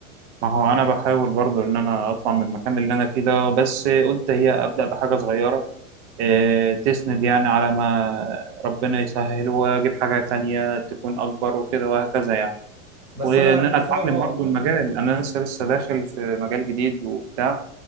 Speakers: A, on the right (about 50°); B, on the right (about 80°).
A: ما هو أنا بحاول برضو إن أنا أطلع من المكان اللي أنا فيه ده بس قلت هي أبدأ بحاجة صغيرة إيه، تسند يعني على ما ربنا يسهل وأجيب حاجة تانية تكون أكبر وكده وهكذا يعني
B: بس
A: وان
B: انا
A: انا
B: بس
A: اتعلم
B: انا اه
A: برضو المجال انا لسه لسه داخل في مجال جديد وبتاع